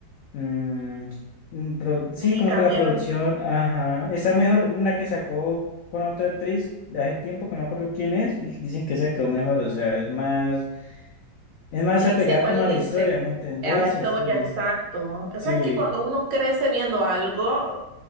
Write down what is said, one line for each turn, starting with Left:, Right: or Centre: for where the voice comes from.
Left: Mm, mm, pro- sí,
Right: Sí,
Left: como
Right: cambiaron.
Left: que la producción, ajá. Está mejor una que sacó con otra actriz de hace tiempo, que no me acuerdo quién es, y dicen que esa quedó mejor, o sea, es más, es más
Right: Sí,
Left: apegada
Right: sé cuál
Left: como a la
Right: dice.
Left: historia, ¿me entendés?
Right: Eh, A la historia,
Left: Y así,
Right: exacto. O
Left: sí,
Right: sea, es que cuando uno crece viendo algo,